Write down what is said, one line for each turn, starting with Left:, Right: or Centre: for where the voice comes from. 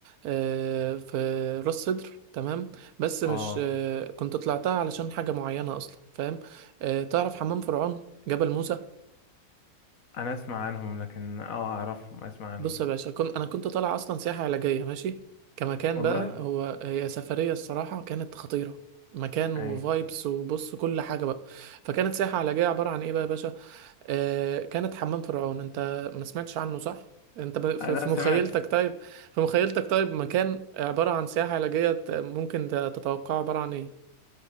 Right: إيه في راس سدر تمام بس مش
Left: اه
Right: إيه كنت طلعتها علشان حاجه معينه اصلا فاهم إيه تعرف حمام فرعون جبل موسى
Left: أنا أسمع عنهم لكن اه أعرفهم أسمع عنهم
Right: بص يا باشا كنت انا كنت طالع اصلا سياحه علاجيه ماشي كمكان
Left: والله
Right: بقى هو هي سفريه الصراحه كانت خطيره مكان وفايبس
Left: أيوه
Right: وبص كل حاجه بقى فكانت سياحه علاجيه عباره عن ايه بقى يا باشا آه، كانت حمام فرعون انت ما سمعتش عنه صح انت ب- في
Left: آه، لا
Right: في
Left: سمعت
Right: مخيلتك طيب في مخيلتك طيب مكان عبارة عن سياحة علاجية ت- ممكن ت- تتوقع عبارة عن ايه